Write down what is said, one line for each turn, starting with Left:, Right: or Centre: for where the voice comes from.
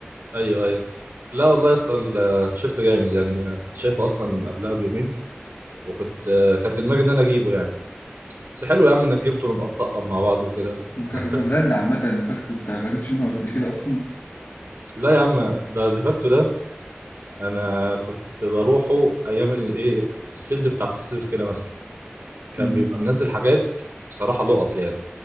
Right: ايوه ايوه لا والله يا اسطى التيشيرت جامد يعني أنا كنت شايفه اصلا قبلها بيومين وكنت آه، كان في دماغي ان انا اجيبه يعني بس حلو يا عم انك جبته ونبقى نطقم مع بعض وكده
Left: وك...
Right: <laughs>
Left: وكبراند عامه ديفاكتو انت ما جبتش منه قبل كده اصلا
Right: لا يا عم ده ديفاكتو ده انا كنت بروحه ايام الايه في السيلز بتاعت الصيف كده مثلا كان
Left: امم
Right: بيبقى منزل حاجات بصراحه لقط يعني